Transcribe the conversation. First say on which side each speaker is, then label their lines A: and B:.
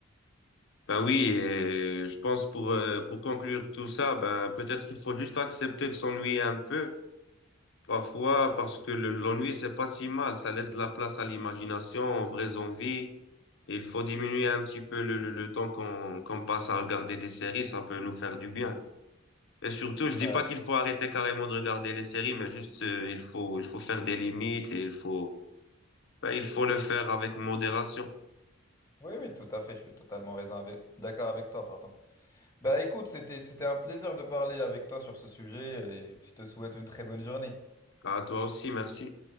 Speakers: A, on the left; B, on the left.
A: Ben oui, et je pense pour, euh, pour conclure tout ça, ben peut-être qu'il faut juste accepter de s'ennuyer un peu, parfois, parce que le- l'ennui, c'est pas si mal, ça laisse de la place à l'imagination, aux vraies envies. Et il faut diminuer un petit peu le, le, le temps qu'on qu'on passe à regarder des séries, ça peut nous faire du bien. Et surtout, je dis
B: Euh,
A: pas qu'il faut arrêter carrément de regarder les séries, mais juste euh, il faut il faut faire des limites et il faut ben, il faut le faire avec modération.
B: oui, oui, tout à fait. Je suis totalement raison avec, d'accord avec toi, pardon. Bah écoute, c'était, c'était un plaisir de parler avec toi sur ce sujet et je te souhaite une très bonne journée.
A: À toi aussi, merci.